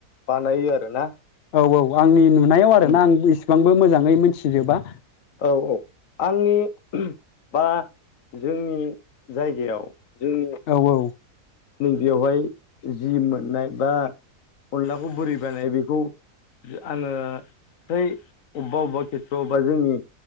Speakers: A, on the left; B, on the left.
A: बानायो आरोना।
B: औ-औ आंनि नुनायाव आरोना
A: उम
B: आं इसेबांबो मोजाङै मिथिजोबा
A: औ-औ आंनि बा जोंनि जायगायाव। जोंनि
B: औ औ
A: नैबेयावहाय जि मोननाय बा अनलाखौ बोरै बानायो बेखौ। आङो फ्राय अबेबा अबेबा खेथ्रआवबा जोंनि।